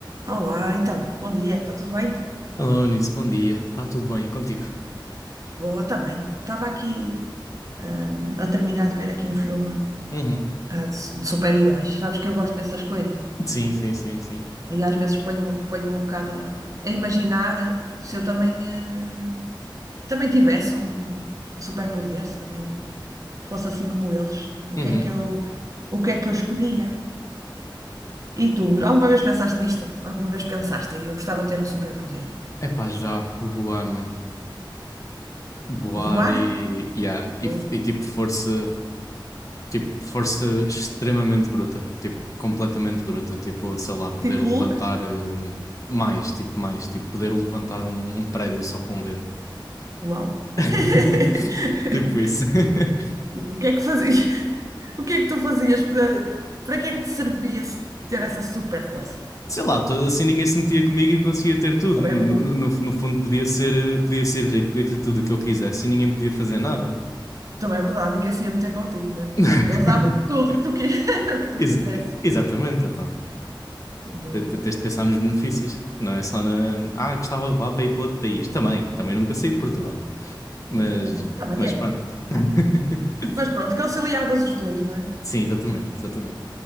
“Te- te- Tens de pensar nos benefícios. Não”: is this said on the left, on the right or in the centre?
Left